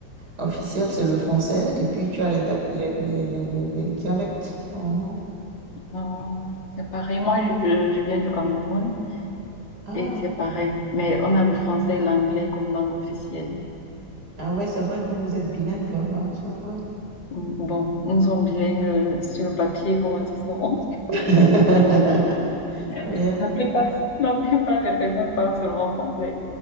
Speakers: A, on the right (about 55°); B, on the left (about 75°).
A: officielle, c'est le français, et puis tu as les, da- les, les- les- les- les dialectes. Mhm.
B: Ah, c'est pareil. Moi, je, euh, je viens du Cameroun
A: Ah.
B: et c'est pareil. Mais on a le français et l'anglais comme langue officielle.
A: Ah ouais, c'est vrai que vous, vous êtes bilingue là-bas, c'est vrai.
B: Mm, Bon, nous sommes bilingues euh, sur le papier, comme on dit souvent.
A: <laughs> Ouais.
B: <laughs> La plupart, la plupart des personnes parlent seulement français.